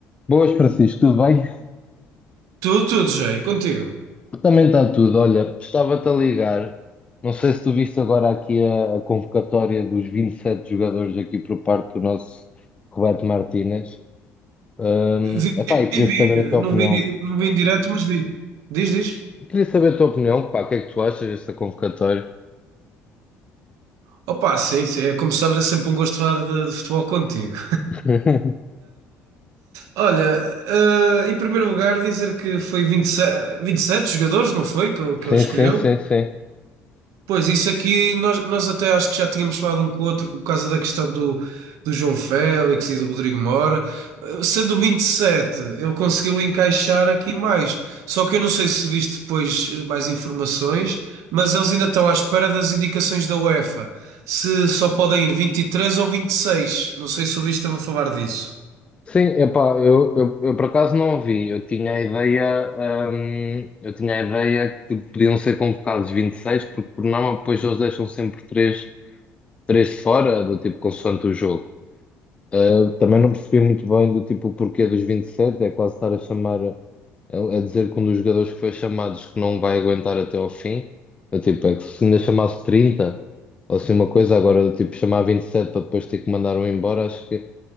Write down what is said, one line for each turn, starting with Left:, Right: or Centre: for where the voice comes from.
Left: Boas, Francisco, tudo bem?
Right: Tudo, tudo, Jay, contigo.
Left: Também está tudo. Olha, estava-te a ligar. Não sei se tu viste agora aqui a, a convocatória dos 27 jogadores aqui por parte do nosso Roberto Martínez. Hum,
Right: Vi,
Left: epá, e queria
Right: vi,
Left: saber a tua
Right: não
Left: opinião.
Right: vi, di- não vi em direto, mas vi. Diz, diz.
Left: Queria saber a tua opinião, pá, o que é que tu achas desta convocatória?
Right: Opa, sim, sim, é, como sabes, é sempre um gosto falar de, de futebol contigo.
Left: <laughs>
Right: Olha, eh, em primeiro lugar, dizer que foi vinte e sete, vinte e sete jogadores, não foi? Que, eu- que
Left: Sim,
Right: ele escolheu.
Left: sim, sim, sim.
Right: Pois, isso aqui nós, nós até acho que já tínhamos falado um com o outro por causa da questão do, do João Félix e do Rodrigo Mora. Eh, Sendo o 27, ele conseguiu encaixar aqui mais. Só que eu não sei se viste depois eh, mais informações, mas eles ainda estão à espera das indicações da UEFA. Se só podem ir 23 ou 26. Não sei se ouviste a falar disso.
Left: Sim, epá, eu, eu, eu por acaso não ouvi. Eu tinha a ideia, hum, eu tinha a ideia que podiam ser convocados 26, porque por norma depois eles deixam sempre três Três fora, do tipo consoante o jogo. Uh, também não percebi muito bem do tipo o porquê dos 27, é quase estar a chamar, a, a dizer que um dos jogadores que foi chamado diz que não vai aguentar até ao fim. Eu, tipo, é que se ainda chamasse 30 ou assim uma coisa, agora do tipo chamar 27 para depois ter que mandar um embora, acho que